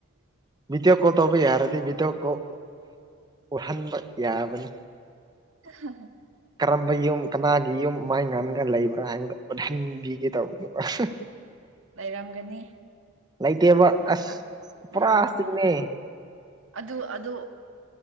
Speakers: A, on the right (about 20°); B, on the right (about 65°).
A: ꯚꯤꯗꯤꯑꯣ ꯀꯣꯜ ꯇꯧꯕ ꯌꯥꯔꯗꯤ ꯚꯤꯗꯤꯑꯣ ꯀꯣꯜ ꯎꯠꯍꯟꯕ ꯌꯥꯕꯅꯤ
B: <unintelligible>
A: ꯀꯔꯝꯕ ꯌꯨꯝ ꯀꯅꯥꯒꯤ ꯌꯨꯝ ꯃꯥꯏ ꯉꯥꯥꯟꯂꯒ ꯂꯩꯕ꯭ꯔꯥ ꯍꯥꯏꯕꯗ ꯎꯠꯍꯟꯕꯤꯒꯦ ꯇꯧꯕꯅꯦꯕ ꯑꯁ
B: ꯂꯩꯔꯝꯒꯅꯤ
A: ꯂꯩꯇꯦꯕ
B: ꯅꯪꯅ
A: ꯑꯁ ꯄꯨꯔꯥꯇꯤꯛꯅꯦ
B: ꯂꯩꯔꯝꯒꯅꯤ ꯑꯗꯨ ꯑꯗ